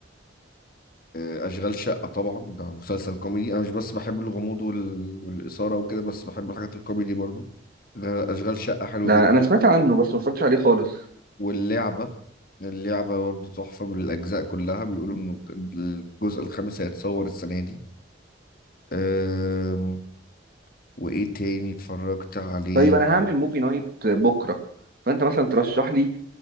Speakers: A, on the left; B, on the right.
A: آه، أشغال شقة طبعا ده مسلسل كوميدي أنا مش بس بحب الغموض وال... والإثارة وكده بس بحب الحاجات الكوميدي برضو غ- أشغال شقة حلوة
B: ده
A: جدا
B: انا سمعت عنه بس ما اتفرجتش عليه خالص
A: واللعبة اللعبة برضو تحفة بالأجزاء كلها بيقولوا إنه الجزء الخامس هيتصور السنة دي أم... وإيه تاني اتفرجت عليه
B: طيب انا هعمل موفي نايت بكرة فانت مثلا ترشح لي